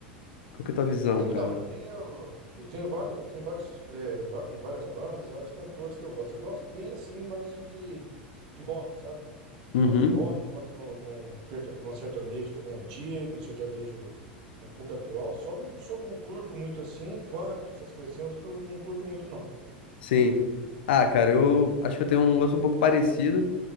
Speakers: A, on the left; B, on the right.
A: qual que é a tua visão,
B: Não, então,
A: cara?
B: eu tenho eu tenho vários, eu tenho vários é, va- várias bandas, vários cantores que eu gosto. Eu gosto bem assim, mais de, de, de rock, sabe?
A: Uhum,
B: Gosto de rock, gosto de um, de um serta- de um sertanejo também antigo, um sertanejo um pouco atual. Só não, só não curto muito assim, funk, essas coisas assim, eu, eu não curto muito não.
A: sim. Ah, cara, eu acho que eu tenho um gosto um pouco parecido.